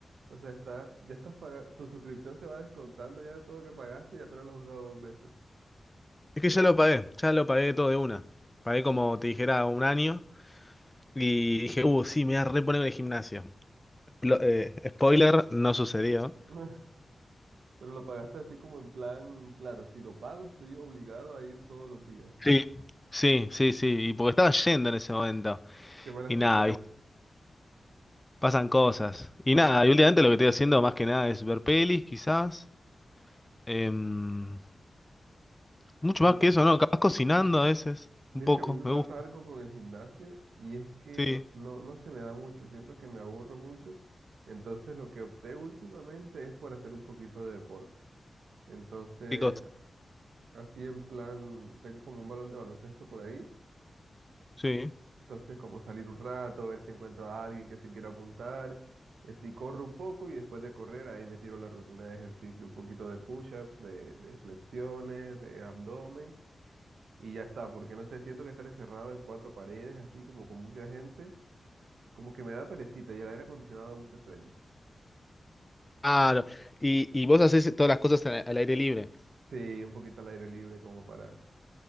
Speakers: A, on the right (about 85°); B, on the left (about 20°).
A: O sea, está, ya estás pagando, tu suscripción se va descontando ya de todo lo que pagaste y apenas lo has usado dos veces.
B: Es que ya lo pagué, ya lo pagué todo de una. Pagué como te dijera un año y dije, uh, sí, me voy a reponer en el gimnasio. Lo- eh, spoiler, no sucedió.
A: <laughs> Pero lo pagaste así como en plan, claro, si lo pago estoy obligado a ir todos los días.
B: Sí. Sí, sí, sí, y porque estaba yendo en ese momento.
A: Qué mala
B: Y
A: estrategia.
B: nada, ¿viste? pasan cosas. Y nada, y últimamente lo que estoy haciendo más que nada es ver pelis, quizás. Em, mucho
A: Pero
B: más que eso, ¿no? Capaz cocinando a veces,
A: Mira
B: un poco,
A: que a mí me
B: me
A: pasa
B: gusta.
A: algo con el gimnasio y es que
B: Sí,
A: no, no se me da mucho, siento que me aburro mucho, entonces lo que opté últimamente es por hacer un poquito de deporte. Entonces,
B: qué cosa.
A: así en plan, tengo como un balón de baloncesto por ahí,
B: Sí.
A: entonces como salir un rato, ver si encuentro a alguien que se quiera apuntar, y así corro un poco y después de correr ahí me tiro la rutina de ejercicio, un poquito de push-ups, de, de flexiones, de abdomen. y ya está, porque no sé, siento que estar encerrado en cuatro paredes, así como con mucha gente, como que me da perecita y el aire acondicionado da mucho sueño.
B: Claro. Y, y vos haces todas las cosas al al aire libre.
A: Sí, un poquito al aire libre como para,